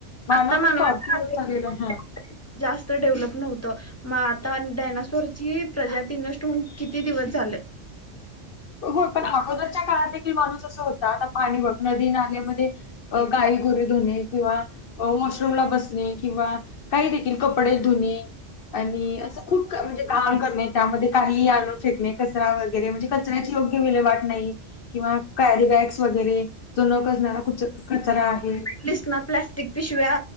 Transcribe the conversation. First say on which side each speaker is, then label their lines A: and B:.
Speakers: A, on the left; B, on the left.
A: मानव
B: आता मानवाचा
A: हा स्वार्थी
B: हात
A: होता
B: आहे.
A: चाललाय हा.
B: जास्त डेव्हलप नव्हतं. मग आता डायनासोरची प्रजाती नष्ट होऊन किती दिवस झालं.
A: हो पण अगोदरच्या काळात देखील माणूस असा होता आता पाणी बघ नदी नाल्यामध्ये अ गाई गोरीे धुणे किंवा वॉशरूमला बसणे किंवा काही देखील कपडे धुणे आणि असं खूप क म्हणजे घाण करणे. त्यामध्ये काही आणून फेकणे. कचरा वगैरे म्हणजे कचऱ्याची योग्य विल्हेवाट नाही किंवा कॅरीबॅग्ज वगैरे - जो न कुजणारा कुच कचरा आहे.
B: लिसना प्लॅस्टीक पिशव्या